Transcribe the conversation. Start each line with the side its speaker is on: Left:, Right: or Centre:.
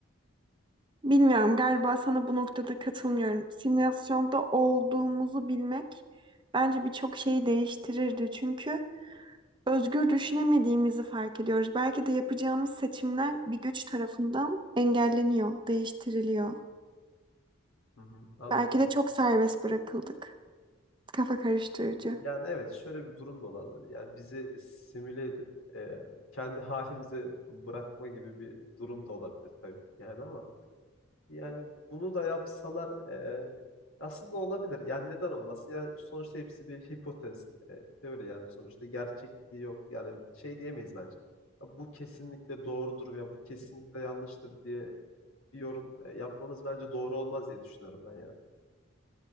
Right: Bilmiyorum, galiba sana bu noktada katılmıyorum. Simülasyonda olduğumuzu bilmek bence birçok şeyi değiştirirdi. Çünkü özgür düşünemediğimizi fark ediyoruz. Belki de yapacağımız seçimler bir güç tarafından engelleniyor, değiştiriliyor.
Left: Hı hı, anladım.
Right: Belki de çok serbest bırakıldık. Kafa karıştırıcı.
Left: Yani evet şöyle bir durum da olabilir. Yani bizi simüle edip e, kendi <laughs> halimize bırakma gibi bir durum da olabilir tabii ki yani ama yani bunu da yapsalar e, aslında olabilir. Yani neden olmasın? Yani sonuçta hepsi bir hipotez, e, teori yani sonuçta gerçekliği yok. Yani şey diyemeyiz bence. Ya bu kesinlikle doğrudur veya bu kesinlikle yanlıştır diye bir yorum e, yapmamız bence doğru olmaz diye düşünüyorum ben yani.